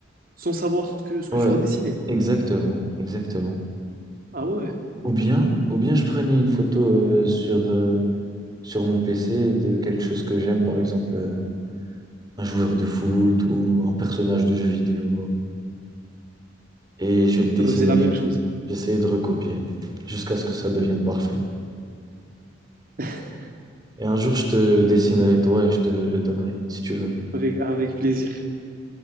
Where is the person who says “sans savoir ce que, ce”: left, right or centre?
Right